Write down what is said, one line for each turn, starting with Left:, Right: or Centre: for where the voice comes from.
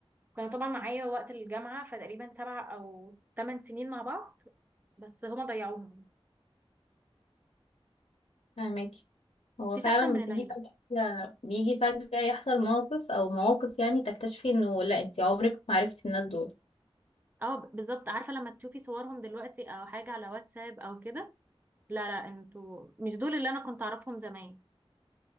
Right: كانوا طبعا معايا وقت الجامعه فتقريبا سبع او ثمان سنين مع بعض بس هما ضيعوهم
Left: فاهمك هو
Right: مفيش
Left: فعلا
Right: احسن من
Left: بتيجي
Right: العيله
Left: فجأة بيجي فجأة يحصل موقف او مواقف يعني تكتشفي انه لا انت عمرك ما عرفتي الناس دول
Right: اه ب- بالظبط عارفة لما تشوفي صورهم دلوقتي او حاجة على واتساب او كده لا لا انتوا مش دول اللي انا كنت اعرفهم زمان